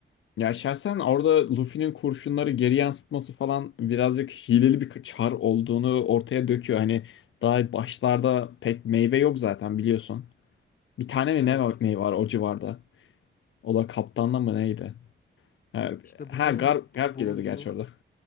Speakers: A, on the left; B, on the left.
A: Ya şahsen orada Luffy'nin kurşunları geri yansıtması falan birazcık hileli bir çar olduğunu ortaya döküyor. Hani daha başlarda pek meyve yok zaten biliyorsun. Bir tane mi
B: Evet.
A: ne örneği var o civarda? O da kaptanla mı neydi? Ha,
B: İşte
A: ha
B: bunların
A: Garp, Garp
B: bulunduğu
A: geliyordu gerçi orada. <laughs>